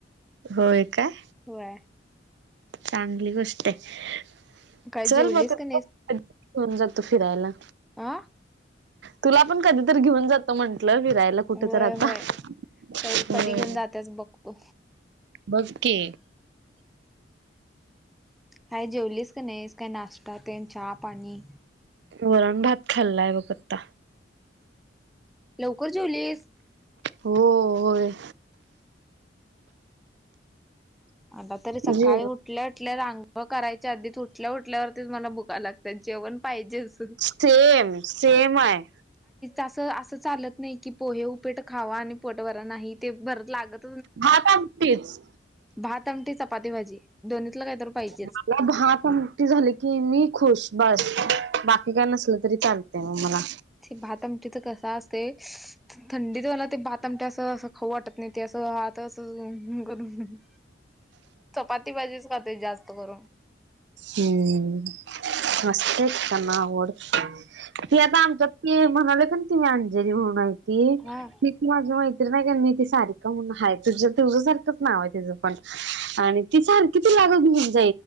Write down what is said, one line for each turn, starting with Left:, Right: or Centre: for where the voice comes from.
Right: होय काय.
Centre: होय.
Right: चांगली गोष्ट आहे
Centre: काय
Right: चल
Centre: जेवलीस
Right: मगेऊन
Centre: का
Right: ज. <unintelligible> तो फिरायला.
Centre: आं.
Right: तुला पण कधीतरी घेऊन जातो म्हण. कुठलं फिरायला कुठे
Centre: होय
Right: तर आता
Centre: होय
Right: हम्म.
Centre: काही कधी घेऊन जात्याच बघतो
Right: बसकी.
Centre: काय जेवलीस का नाहीस काय नाश्ता ते चहा, पाणी.
Right: वरण, भात खाल्लाय बघ आता.
Centre: लवकर जेवलीस?
Right: हो होय.
Centre: आता तरी सकाळी
Right: जे
Centre: वुठलेत. ल्या रांग करायच्या आधी उठल्या उठल्यावरतीच मला भुका लागतात जेवण पाहिजेच.
Right: सेम, सेम आहे.
Centre: अस अस चालत नाही की पोहे, उपेट खावा आणि पोट भरा नाही ते भरत लागत.
Right: भात आमडीच.
Centre: भात, आमटी, चपाती, भाजी दोन्हीतला काहीत पाहिजे.
Right: मला भठी झाली की मी खुश बस बाकी काय नसल तरी चाल. तेव्हा मला.
Centre: भात आमटीच कसं ते थंडीत मला ते भाताम अस, अस खाऊ वाटत नाही ते असं हात अस करुन. चपाती, भाजीच खाते जास्त करून.
Right: हम्म मस्तच चना आवड. ती आता आमच्या ते म्हणाले काण ती मी अंजेरी म्हणून आहे.
Centre: हा
Right: तिथ वाज मा <inaudible> ते नाही का सारिका म्हणून आहे ती तुझ्यासारखाच नाव आहे तुझं पण ती सारकी तुला